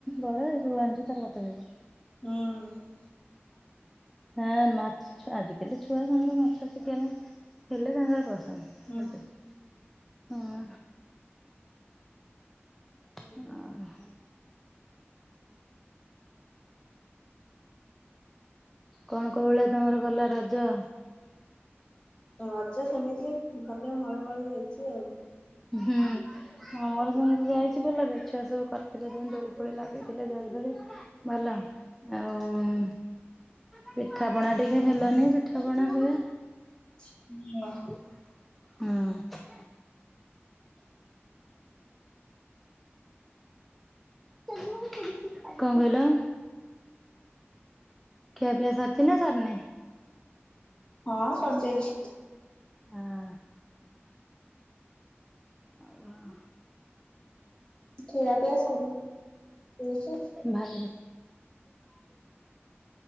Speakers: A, in the centre; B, on the left.
A: ବରା ସବୁ ଆଣିଛୁ। ତାର ଭାତ ଖାଇବ।
B: ହୁଁ।
A: ହଁ, ମାଛ ଆଜିକାଲି ଛୁଆ ତାଙ୍କର ମାଛ ଚିକେନ ହେଲେ, ତାଙ୍କର ପସନ୍ଦ।
B: ହୁଁ।
A: ହଁ <inaudible> କଣ? କଉ ଭଳିଆ ତୁମର ଗଲା ରଜ?
B: ରଜ ସେମିତି, ଭଲ ମଳେ ମଳେ ଯାଇଛି ଆଉ।
A: ହୁଁ। ଆମର ସେମିତି ଯାଇଛି ଭଲରେ ଛୁଆ ସବୁ କରିଥିଲେ, ଦୋଳି ଫୋଳି ଲାଗିଥିଲେ ଝରି ଫରି ଭଲ, ଆଉ ପିଠାପଣା ଟିକେ ହେଲାନି, ପିଠାପଣା ହୁଏ।
B: <inaudible>
A: ହୁଁ। ଚାଲୁନ, ଖୁଡି ସି ଖାଇବା। କଣ କହିଲ? ଖିଆପିଆ ସାରଚି ନା, ସରିନି?
B: <inaudible> ହଁ, ସରିଯାଇଛି।
A: ଭାଇର ହଁ ଆ <inaudible>
B: ଖିଆ ପିଆ ସରିନି। ଦଉଛି
A: ଭାଇର